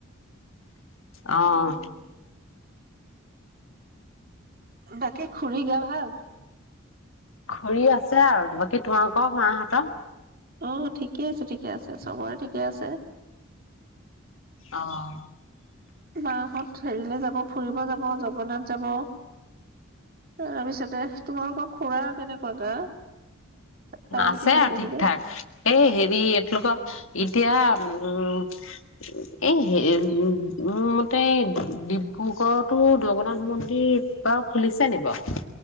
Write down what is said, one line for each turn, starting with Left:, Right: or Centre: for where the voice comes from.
Left: অঁ
Right: উম, তাকে খুৰি গা ভাল
Left: খুঢ়ি আছে আৰু বাকী তোমাৰোকৰ মাহঁতৰ
Right: অ ঠিকে আছে ঠিকে আছে চবৰে ঠিকে আছে
Left: অঁ
Right: মাহত হেৰিলে যাব ফুৰিব যাব জগন্নাথ যাব তাৰপিছতে তোমালোকৰ খুৰা কেনেকুৱা গা ডায়েবেটিছ
Left: আছে
Right: আছিল
Left: আৰু ঠিক
Right: যে
Left: ঠাক এই হেৰি এইলোকৰ এতিয়া উম এই হে মোৰ মতে ডিব্ৰুগড়তো জগন্নাথ মন্দিৰ বাৰু খুলিছে নি বাৰু